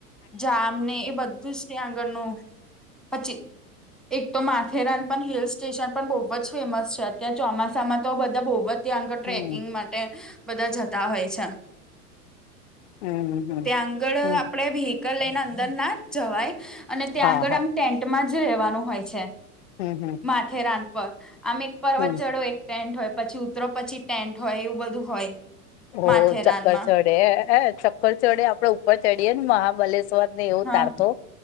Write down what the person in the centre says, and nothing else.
જામ ને એ બધું જ ત્યાં આગળનું પછી એક તો માથેરાન પણ હિલ સ્ટેશન પણ બહુ જ ફેમસ છે. ત્યાં ચોમાસામાં તો બધા બહુ જ ત્યાં આગળ ટ્રેકિંગ
માટે બધા જતા હોય છે.
ત્યાં આગળ આપણેે
વિહિકલ લઈને અંદર ના જવાય. અને ત્યાં
આગળ
આમ ટેન્ટમાં જ રહેેવાનું હોય છે.
માથેરાન પર આમ એક પર્વત
ચડો એક ટેન્ટ હોય, પછી ઉતરો પછી ટેન્ટ હોય, એવું બધું હોય.
માથેરાનમાં
હા